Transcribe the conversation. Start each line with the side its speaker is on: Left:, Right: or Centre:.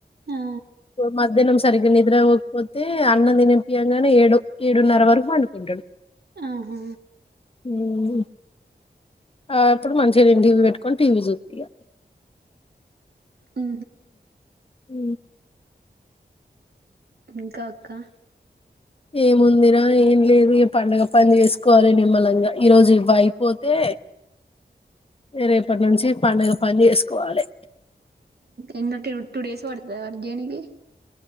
Right: ఆ
Left: మధ్యాహ్నం సరిగ్గా నిద్ర పోవ్వకపోతే అన్నం తినిపియ్యంగానే ఏడు ఏడున్నర వరకు పండుకుంటాడు.
Right: ఆహా
Left: ఊ ఉ ఆ ఇప్పుడు మంచిగా <unintelligible> పెట్టుకొని టీవీ చూత్తి ఇగ
Right: ఉ
Left: ఊ
Right: ఇంకా అక్క
Left: ఏముందిరా ఏం లేదు. పండగ పని చేసుకోవాలి. నిమ్మలంగా ఈరోజు ఇవ్వ అయిపోతే రేపటి నుంచి పండగ పని చేసుకోవాలే
Right: ఇన్న టూ డేస్ పడుతద వర్గేనికి